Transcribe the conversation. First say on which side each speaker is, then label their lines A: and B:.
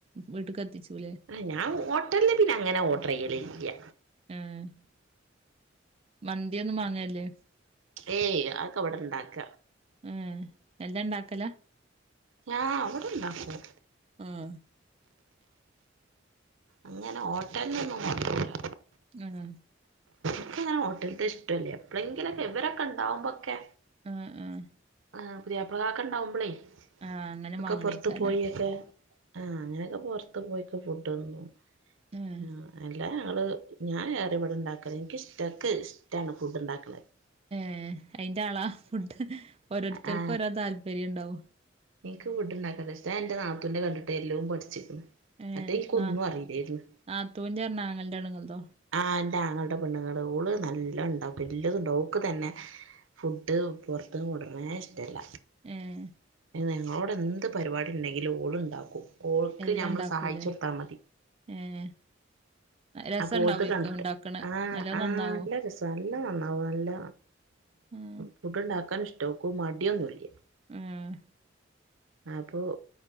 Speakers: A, on the right; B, on the right.
A: വീട്ട്ക്ക് എത്തിചൂല്ലേ
B: അ ഞാൻ ഹോട്ടലില് പിന്നങ്ങനെ ഓർഡറെയ്യലില്ല
A: ഉംംമന്തി ഒന്നും വാങ്ങല്ല്
B: ഏയ് അതൊക്കെ ഇവടിണ്ടാക്ക
A: ഉം എല്ലാം ഉണ്ടാക്കല
B: ഞ അവടുണ്ടാക്കും
A: ആഹ്
B: അങ്ങനെ ഹോട്ടൽനൊന്നും കൊണ്ടൊരുല
A: ആണോ
B: നക്ക്ങ്ങനെ ഹോട്ടൽത്തെ ഇഷ്ടല്യ എപ്പളങ്കിലൊക്കെ ഇവരൊക്കെണ്ടകുമ്പോക്കെ
A: ആഹ് ആഹ്
B: ആഹ് പുതിയാപ്ലകാക്ക ഇണ്ടാവുമ്പളേ
A: ആഹ് അങ്ങനെ
B: ഒക്കെ
A: വാങ്ങണേക്കാരം
B: പുറത്ത് പോയി ഒക്കെ ആഹ് അങ്ങനെയൊക്കെ പൊറത്ത് പോയി ഫുഡ്ന്നും
A: ആഹ്
B: ആ അല്ല ഞങ്ങള് ഞാൻ ഏറിം ഇവിടെ ഉണ്ടാക്കല ഇന്ക് ഇഷ്ട ക്ക് ഇഷ്ടമാണ് ഫുഡ് ഇണ്ടാക്കുന്നത്
A: ഏ അയിന്റെ ആളാ ഫുഡ് ഓരോരുത്തർക്കും
B: ആ
A: ഓരോ താല്പര്യം ണ്ടാവും
B: എനിക്ക് ഫുഡ്ണ്ടാക്കാൻ നല്ല ഇഷ്ട്ട ഞാൻ ന്റെ നാത്തൂന്റെ കണ്ടിട്ട് എല്ലോ പഠിച്ചിക്ക്ണ്
A: ഏ
B: മറ്റേ എനിക്കൊന്നും
A: നാ
B: അറിയില്ലേരുന്നു
A: നാത്തൂൻ്റെ റ്ഞ്ഞാ ആങ്ങളൻ്റെ പെണ്ണ്ങ്ങൾതോ
B: ആഹ് ൻ്റെ ആങ്ങളടെ പെണ്ണുങ്ങൾ ഓള് നല്ലോണ്ടാക്കും എല്ലതുണ്ടവും ഓക്ക് തന്നെ ഫുഡ് പൊറത്ത്ന്ന് കൊണ്ട്ര്ണേ ഇഷ്ടല്ല
A: ഏഹ്
B: ഞങ്ങളോടെ എന്ത് പരിപാടി ണ്ടെങ്കിലും ഓൾ ണ്ടാക്കും ഓൾക്ക്
A: എല്ലാം
B: ഞമ്മള്
A: ഇണ്ടാക്കൂലേ
B: സഹായിച്ചൊടുത്താ മതി
A: ഏഹ് രസം
B: അപ്പോ
A: ഇണ്ടാവേക്കും
B: ഓൾദ കണ്ടിട്ട്
A: ഇണ്ടാക്കണ
B: ആഹ്
A: നല്ലോം
B: ആഹ്
A: നന്നാവോ
B: നല്ല രസ നല്ല നന്നാവും നല്ല
A: ആഹ്
B: ഫുഡ് ഉണ്ടാക്കാനും ഇഷ്ട ഓക്ക് മടിയൊന്നുല്ല
A: ഉം
B: അപ്പൊ